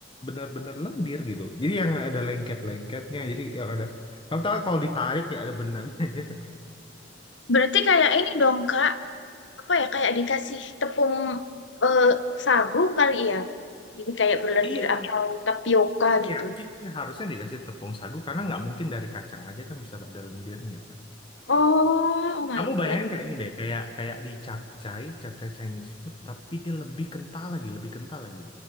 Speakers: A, on the left (about 30°); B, on the left (about 85°).
A: bener-bener lendir gitu. Jadi yang ada lengket-lengketnya, jadi yang ada kamu tahu kalau ditarik ya ada benangnya <laughs> gitu.
B: Berarti kayak ini dong Kak, apa ya kayak dikasih tepung eh, sagu kali ya. Jadi kayak berlendir
A: Iya,
B: atau tapioka
A: gue
B: gitu.
A: yakin sih harusnya dikasih tepung sagu karena nggak mungkin dari kacang aja kan bisa ada lendirnya kan.
B: Oh, oh my
A: Kamu bayangin
B: God.
A: kayak ini deh, kayak kayak di capcay, capcay Chinese food, tapi dia lebih kental lagi, lebih kental lagi.